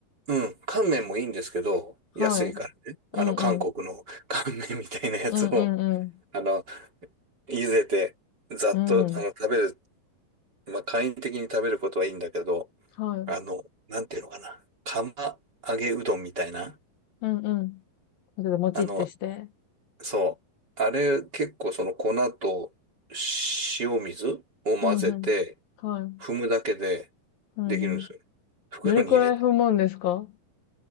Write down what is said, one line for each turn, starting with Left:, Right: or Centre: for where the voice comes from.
Right: うん、乾麺もいいんですけど、
Left: はい。
Right: 安いからね。あの、
Left: うんうん。
Right: 韓国の <laughs> 乾麺みたいなやつを、
Left: うんうん
Right: あの、茹でて、ざっと、
Left: うん。うん。
Right: あの、食べる、まあ、簡易的に食べることはいいんだけど、
Left: はい。
Right: あの、なんていうのかな。釜揚げうどんみたいな。
Left: うんうん。ちょっともちってして。
Right: あの、そう。あれ、結構その粉と塩水を混ぜて、
Left: うんうん。はい。
Right: 踏むだけで
Left: うんうん。
Right: できるんですよね。袋に入れて。
Left: どれくらい踏むんですか